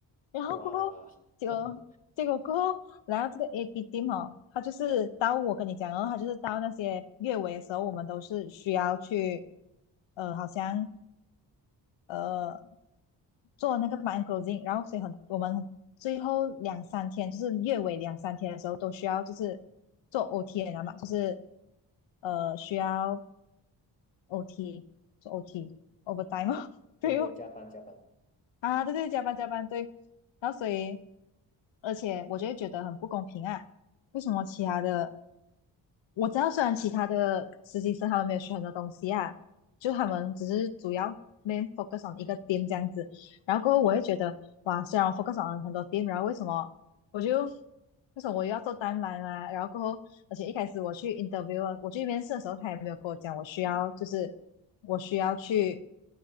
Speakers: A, on the left (about 80°); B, on the left (about 20°).
A: 然后过后，
B: 哇，
A: 结果结果过后来到这个
B: <laughs>
A: A B team 哦，他就是到我跟你讲哦，然后他就是到那些月尾的时候，我们都是需要去，呃，好像呃做那个 mind closing，然后所以很我们最后两三天，就是月尾两三天的时候都需要就是做 OT 的嘛，就是呃需要 OT 做 OT overtime <laughs> 哦，对哦，
B: 对对，加班加班。
A: 啊，对对，加班加班，对。然后所以，而且我就会觉得很不公平啊，为什么其他的我知道，虽然其他的实习生他们没有学很多东西啊，就他们只是主要 main focus on 一个 team 这样子。然后过后我会觉得，哇，虽然我 focus on 很多 team，然后为什么我就为什么我又要做单栏啊？然后过后，而且一开始我去 interview，啊我去面试的时候，他也没有跟我讲我需要就是我需要去